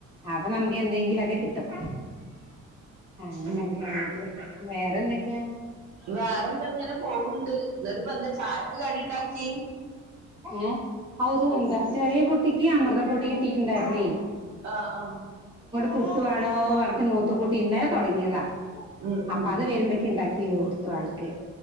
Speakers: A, on the right; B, on the right.
A: അപ്പൊ നമുക്ക് എന്തെങ്കിലൊക്കെ കിട്ടും അങ്ങനൊക്കെ
B: ഉം
A: ആയിട്ട് വേറെന്തൊക്കെയാ
B: വേറെ എന്താ ഇങ്ങനെ പോവുണ്ട് എന്നിട്ട് ഇപ്പ എന്താ ചായക്ക് കടി ഉണ്ടാക്കിയും
A: ഏ ഔസ എന്താ ചെറിയ കുട്ടിക്ക് അമൃതപ്പൊടി കിട്ടിട്ടുണ്ടായിരുന്നേ
B: ആ ആ
A: പുട്ട് വേണോ പറഞ്ഞട്ട മൂത്തക്കൂട്ടി ഇന്നലെ തുടങ്ങിയതാ
B: ഉം
A: അപ്പ
B: ഉം
A: അത് വരുമ്പോക്ക ഉണ്ടാക്കി കൊടുത്തു ആൾക്ക്